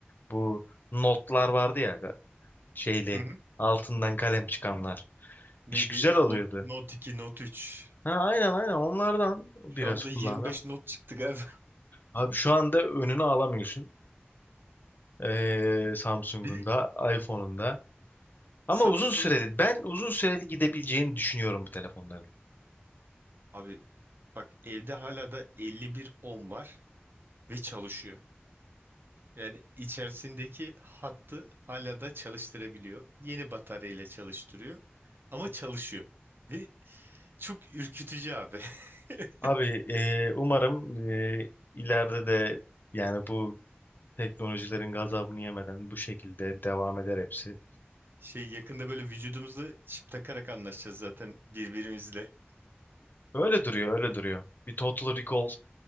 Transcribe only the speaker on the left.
Bu notlar vardı ya ga- şeyli
altından kalem çıkanlar.
İş güzel oluyordu.
Ha, aynen aynen onlardan biraz
kullandım.
Abi şu anda önünü alamıyorsun. Ee, Samsung'un
da iPhone'un da. Ama
uzun
süreli ben uzun süreli gidebileceğini düşünüyorum bu telefonların.
Abi ee, umarım ee, ileride de yani bu teknolojilerin gazabını yemeden bu şekilde devam eder hepsi.
Öyle duruyor, öyle duruyor. Bir Total Recall